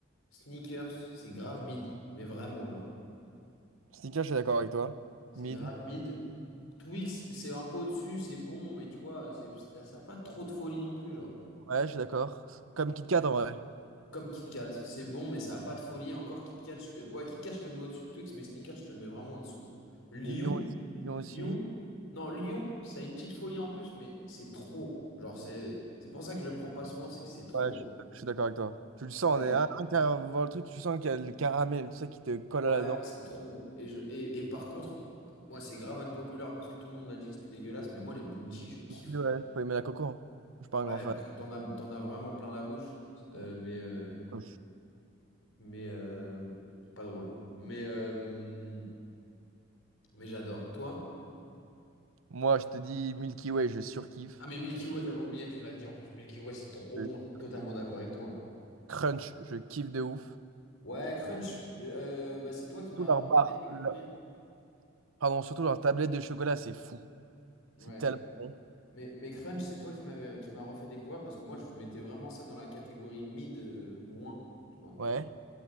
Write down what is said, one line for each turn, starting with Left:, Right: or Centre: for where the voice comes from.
Left: Sneakers, c'est grave mid. Mais vraiment, genre.
Right: Snickers, je suis d'accord avec toi.
Left: C'est
Right: Mid.
Left: grave mid. Twix, c'est un peu au-dessus, c'est bon, mais tu vois, c'est, ça n'a pas trop de folie non plus, genre.
Right: Ouais, je suis d'accord. Comme Kit Kat en vrai.
Left: Comme Kit Kat, c'est bon, mais ça a pas de folie. Encore Kit Kat, je te... Ouais, Kit Kat, je te le mets au-dessus de Twix, mais Snickers, je te le mets vraiment en dessous. Lion,
Right: Et Lyon aussi. Lyon aussi.
Left: Lion, non, Lion, ça a une petite folie en plus, mais c'est trop. Genre, c'est c'est pour ça que je le prends pas souvent, c'est que c'est trop.
Right: Ouais, je suis je suis d'accord avec toi. Tu le sens,
Left: Euh,
Right: on est un, avant voir le truc, tu sens qu'il y a le caramel, tout ça qui te colle
Left: Ouais,
Right: à la dent.
Left: mais c'est trop. Et, je... et, et par contre, bah, moi, c'est grave unpopular parce que tout le monde m'a dit que c'était dégueulasse, mais moi, les Bounty, je kiffe.
Right: Milky Way, faut aimer la coco. hein. Je suis pas
Left: Ouais,
Right: un grand fan.
Left: parce que t'en as, t'en as vraiment plein la bouche, euh,
Right: Ouais.
Left: mais, euh,
Right: Proche.
Left: mais euh, pas drôle. Mais, euh, mais j'adore. Toi?
Right: Moi, je te dis Milky Way, je surkiffe.
Left: Ah mais Milky Way, j'avais oublié, tu me l'as dit en plus. Milky Way, c'est trop
Right: Je
Left: bon, je suis
Right: surkiffe.
Left: totalement d'accord avec toi.
Right: Crunch, je kiffe de ouf.
Left: Ouais, Crunch, euh, bah, c'est toi qui m'as
Right: Surtout
Left: refait
Right: leur barre,
Left: découvrir.
Right: le- pardon, surtout leur tablette de chocolat, c'est fou.
Left: Ouais.
Right: C'est tellement bon.
Left: Mais, mais Crunch, c'est toi qui m'avais qui m'a refait découvrir parce que moi, je mettais vraiment ça dans la catégorie mid euh, moins, tu vois.
Right: Ouais.